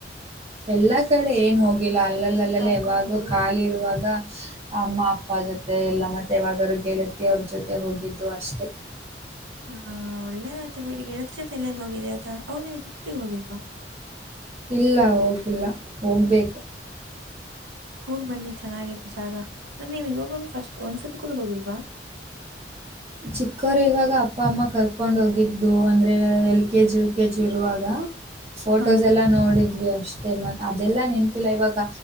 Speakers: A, on the right (about 30°); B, on the right (about 85°).
A: ಎಲ್ಲಾ ಕಡೆ ಏನ್ ಹೋಗಿಲ್ಲ ಅಲ್ಲಲ್ಲಿ
B: ಸುತ್ತಾಡ್ಕೊಂಡು
A: ಅಲ್ಲಲ್ಲ ಯಾವಾಗೂ ಖಾಲಿ ಇರುವಾಗ ಅಮ್ಮ ಅಪ್ಪ ಜೊತೆ ಎಲ್ಲ ಮತ್ತೆ ವಾಗರು ಗೆಳತಿಯ ಅವ್ರ ಜೊತೆ ಹೋಗಿದ್ದು ಅಷ್ಟೇ
B: ಹಾ ಒಳ್ಳೇದಾಯ್ತು ಬಿಡಿ ಗೆಳತ್ ಜತೆ ಎಲ್ಲೆಲ್ಲಿ ಹೋಗಿದ್ದೆ ಆತ ಹೌದ ನೀ ತುಟ್ಟಿಗೆ ಹೋಗಿಲ್ವಾ
A: ಇಲ್ಲ ಹೋಗಿಲ್ಲ ಹೋಗ್ಬೇಕು
B: ಹೋಗ್ ಬನ್ನಿ ಚೆನ್ನಾಗತ್ತು ಜಾಗ ಮೆ ನೀವ್ ಇವಾಗೂ ಫಸ್ಟ್ ಒಂದ್ಸತಿ ಕೂಡ ಹೋಗಿಲ್ವಾ
A: ಚಿಕ್ಕವರು ಇವಾಗ ಅಪ್ಪ ಅಮ್ಮ ಕರ್ಕೊಂಡ ಕಕೊಂಡ್ ಹೋಗಿದ್ದು ಅಂದ್ರೆ L K G U K G ಇರುವಾಗ ಫೋಟೋಸ್
B: ಹಾ
A: ಎಲ್ಲ ನೋಡಿದ್ವಿ ಅಷ್ಟೆ ಇಷ್ಟೇ ಮತ್ತು ಅದೆಲ್ಲಾ ನೆನಪಿಲ್ಲ ಇವಾಗ